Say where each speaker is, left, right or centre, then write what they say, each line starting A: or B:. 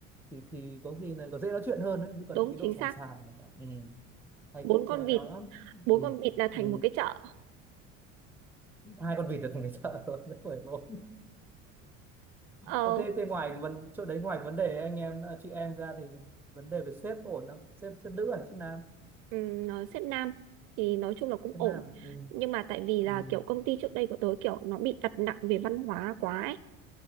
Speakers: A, in the centre; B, on the right.
A: thì thì có khi là có dễ nói chuyện hơn đấy chứ còn
B: đúng
A: cái
B: chính
A: độ sàn
B: xác
A: sàn này ừ thầy
B: bốn
A: cũng
B: con
A: chơi
B: vịt
A: nhiều lắm
B: bốn
A: ừ.
B: con vịt là thành
A: Ừ.
B: một cái chợ
A: hai con vịt là thành cái chợ rồi <laughs> đến 14
B: ờ
A: Ờ, thế thế ngoài cái vấn chỗ đấy ngoài cái vấn đề anh em à, chị em ra thì vấn đề về sếp có ổn không sếp sếp nữ hay sếp nam
B: Ừm, nó xếp nam thì nói chung là cũng
A: sếp
B: ổn
A: nam ừ.
B: nhưng mà tại vì là
A: Ừ.
B: kiểu công ty trước đây của tớ kiểu nó bị đặt nặng về văn hóa quá ấy.